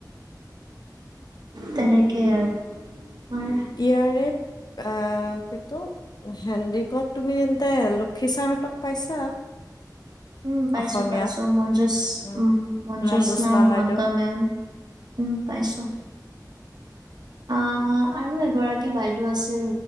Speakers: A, on the right; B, on the left.
A: তেনেকেই আৰু তোমাৰ
B: ইয়াৰে আহ', কিন্তু হেণ্ডিকত তুমি তেন্তে লোক খিচাৰতক পাইছা
A: উ', পাইছো
B: অসমীয়াত
A: -পাইছো মঞ্জুস
B: উম,
A: মঞ্জোস্নাা
B: মনজ্যোৎস্না
A: মহন্ত
B: বাইদেউ
A: মেম উম পাইছো। আহা', আৰু এগৰাকী বাইদেউ আছিল